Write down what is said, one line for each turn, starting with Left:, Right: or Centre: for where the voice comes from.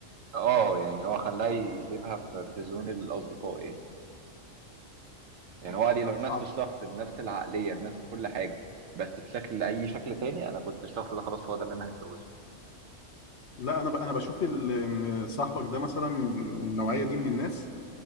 Right: اه يعني هو خلاه يسيبها في في زون الاصدقاء يعني يعني
Left: مم.
Right: هو قال لي
Left: لا
Right: لو نفس
Left: صعب
Right: الشخص بنفس العقليه بنفس كل حاجه بس بشكل اي شكل تاني انا كنت الشخص ده خلاص هو ده اللي انا هتجوزه
Left: لا انا ب... انا بشوف ال... ان صاحبك ده مثلا النوعيه دي من الناس